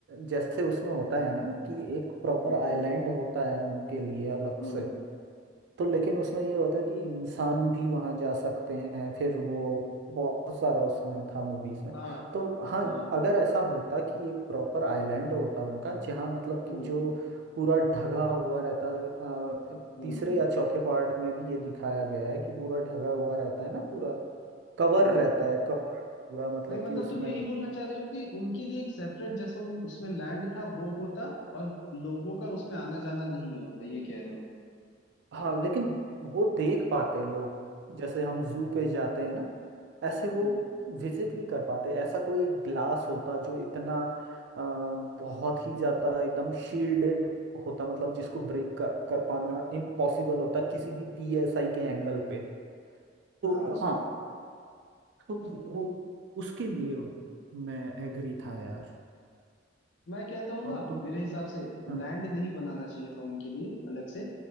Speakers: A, on the right; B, on the left.
A: जैसे उसमें होता है ना कि एक प्रॉपर
B: हम्म
A: आइलैंड होता है उनके लिए अलग
B: हम्म
A: से तो लेकिन उसमें ये होता है कि इंसान भी वहां जा सकते हैं फिर वो बहुत सारा उसमें था मूवीज में
B: हाँ
A: तो हाँ
B: हाँ
A: अगर ऐसा होता कि एक प्रॉपर आइलैंड होता उनका जहाँ मतलब
B: हम्म
A: कि जो पूरा ढगा हुआ रहता है, अ,
B: हम्म
A: तीसरे या चौथे पार्ट में भी ये दिखाया गया है कि पूरा ढगा हुआ रहता है ना पूरा कवर
B: हम्म
A: रहता है कवर पूरा मतलब
B: नहीं मतलब
A: कि उसमें
B: तुम यही बोलना चाह रहे हो कि उनके लिए एक सेपरेट जैसे उन, उसमें लैंड था वो होता और लोगों का उसमें आना जाना नहीं होता ये कह रहे हो
A: हाँ लेकिन वो देख पाते हैं लोग जैसे हम जू पे जाते हैं ना ऐसे
B: हम्म
A: वो विजिट भी कर पाते हैं। ऐसा कोई ग्लास होता जो इतना अ, बहुत ही ज्यादा एकदम शील्डेड होता मतलब जिसको ब्रेक कर, कर पाना इम्पॉसिबल होता किसी भी पीएसआई के एंगल पे तो
B: हाँ
A: हाँ तो वो उसके लिए मैं एग्री था यार
B: मैं कहता हूँ
A: और
B: ना
A: तुम
B: मेरे हिसाब से
A: हाँ
B: लैंड नहीं बनाना चाहिए था उनके लिए अलग से